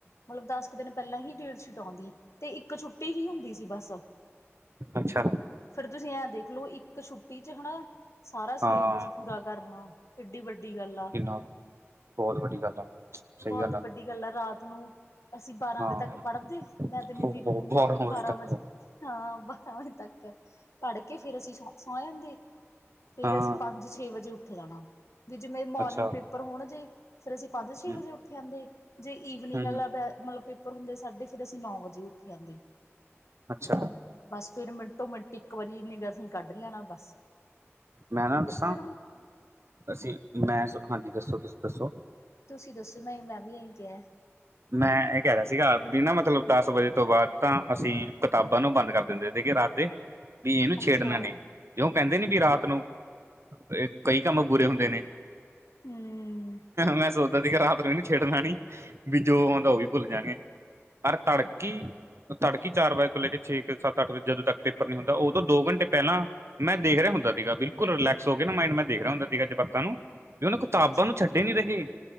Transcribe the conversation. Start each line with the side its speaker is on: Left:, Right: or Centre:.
Left: ਮਤਲਬ ਦਸ ਕੁ ਦਿਨ ਪਹਿਲਾਂ ਹੀ ਡੇਟ ਸ਼ੀਟ ਆਉਂਦੀ ਤੇ ਇੱਕ ਛੁੱਟੀ ਹੀ ਹੁੰਦੀ ਸੀ ਬਸ
Right: ਅੱਛਾ
Left: ਫੇਿਰ ਤੁਸੀਂ ਐਂ ਦੇਖਲੋ ਇੱਕ ਛੁੱਟੀ ਚ ਹਨਾ ਸਾਰਾ
Right: ਹਾਂ
Left: ਸਿਲੇਬਸ ਪੂਰਾ ਕਰਨਾ ਕਿਡੀ ਵੱਡੀ ਗੱਲ ਆ
Right: ਕਿੰਨਾ ਬਹੁਤ ਵੱਡੀ ਗੱਲ ਆ। ਸਹੀ
Left: ਬਹੁਤ
Right: ਆ
Left: ਵੱਡੀ ਗੱਲ ਆ ਰਾਤ ਨੂੰ ਅਸੀਂ ਬਾਰਾਂ
Right: ਹਾਂ
Left: ਵਜੇ ਤੱਕ ਪੜ੍ਹਦੇ ਮੈਂ ਤੇ ਮੇਰੀ
Right: ਬਹੁਤ
Left: ਰੂਮੇਟ ਹੈ ਬਾਰਾਂ
Right: ਤੱਕ
Left: ਵਜੇ ਹਾਂ ਬਾਰਾਂ ਵਜੇ ਤੱਕ ਪੜ੍ਹ ਕੇ ਫੇਰ ਅਸੀਂ ਸ ਸੌ ਜਾਂਦੇ ਫੇਰ
Right: ਹਾਂ
Left: ਅਸੀਂ ਪੰਜ ਛੇ ਵਜੇ ਉੱਠੇ ਜਾਣਾ ਵੀ ਜਿਵੇਂ ਮੋਰਨਿੰਗ
Right: ਅੱਛਾ
Left: ਪੇਪ ਹੋਣ ਜੇ ਫੇਰ ਅਸੀਂ ਪੰਜ
Right: ਹੂੰ
Left: ਛੇ ਵਜੇ ਉੱਠੇ ਆਦੇੰ ਜੇ ਈਵਨਿੰਗ
Right: ਹੂੰ
Left: ਵਾਲਾ ਮਤਲਬ <unintelligible> ਹੁੰਦੇ ਸਾਡੇ ਫੇਰ ਅਸੀਂ ਨੌ ਵਜੇ ਉੱਠੇ ਆਉਂਦੇ।
Right: ਅੱਛਾ।
Left: ਬਸ ਫੇਰ ਮਿੰਟੋ ਮਿੰਟ ਇੱਕ ਵਾਰੀ ਅਸੀ ਕੱਢ ਲੈਣਾ ਬਸ
Right: ਮੈਂ ਨਾ ਦੱਸਾਂ
Left: ਫਿਰ ਹਮ
Right: ਅਸੀਂ ਮੈਂ ਹਾਂਜੀ ਦੱਸੋ ਤੁਸੀਂ ਦੱਸੋ?
Left: ਤੁਸੀਂ ਦੱਸੋ ਨਹੀ ਮੈਂ ਵੀ <unintelligible> ਕਿਹਾ
Right: ਮੈਂ ਇਹ ਕਹਿ ਰਿਹਾ ਸੀਗਾ ਵੀ ਨਾ ਮਤਲਬ ਦਸ ਵਜੇ ਤੋਂ ਬਾਅਦ ਤਾਂ ਅਸੀਂ ਕਿਤਾਬਾਂ ਨੂੰ ਬੰਦ ਕਰ ਦਿੰਦੇ ਸੀ ਕਿ <unintelligible> ਦੇ ਵੀ ਇਹਨੂੰ
Left: ਅੱਛਾ
Right: ਛੇਡਨਾ ਨਹੀਂ ਕਿਓ ਉਹ ਕਹਿੰਦੇ ਨੀ ਵੀ ਰਾਤ ਨੂੰ ਇਹ ਕਈ ਕੰਮ ਬੁਰੇ ਹੁੰਦੇ ਨੇ।
Left: ਹਮ
Right: ਮੈਂ ਸੋਚਦਾ ਸੀ ਕਿ ਰਾਤ ਨੂੰ ਨੀ ਛੇਡ ਨਾ ਨੀ ਜੋ ਆਉਂਦਾ ਉਹ ਵੀ ਭੁੱਲ ਜਾਗੇ। <unintelligible> ਤੜਕੀ ਚਾਰ ਵਜੇ ਤੋਂ ਲੈ ਕੇ ਛੇ ਸੱਤ ਅੱਠ ਵਜੇ ਜਦੋਂ ਤੱਕ ਪੇਪਰ ਨਹੀਂ ਹੁੰਦਾ ਉਹਦੋਂ ਦੋ ਘੰਟੇ ਪਹਿਲਾਂ ਮੈਂ ਦੇਖ ਰਿਹਾ ਹੁੰਦਾ ਸੀਗਾ ਬਿਲਕੁਲ ਰਿਲੈਕਸ ਹੋ ਗਏ ਨਾ ਮਾਇੰਡ ਮੈਂ ਦੇਖ ਰਿਹਾ ਹੁੰਦਾ ਸੀਗਾ ਜਵਾਕਕਾ ਨੂੰ ਵੀ ਉਹਨ ਕਿਤਾਬਾਂ
Left: ਅੱਛਾ
Right: ਨੂੰ
Left: ਹਮ
Right: ਛੱਡੇ ਨੀ ਰਹੇ